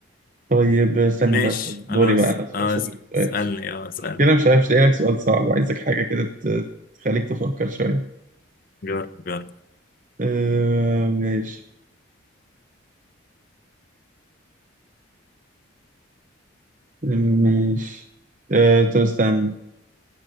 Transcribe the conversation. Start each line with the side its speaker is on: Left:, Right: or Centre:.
Right: طيب استنى
Left: ماشي،
Right: بقى استنى، دوري
Left: خلاص
Right: بقى انا
Left: اه
Right: اشوف
Left: اس-
Right: لك سؤال
Left: اسالني اه اسالني
Right: كده مش عارف مش لاقي لك سؤال صعب عايزك حاجه كده ت- تخليك تفكر شويه
Left: جرب جرب
Right: أه ماشي ماشي أه طب استنى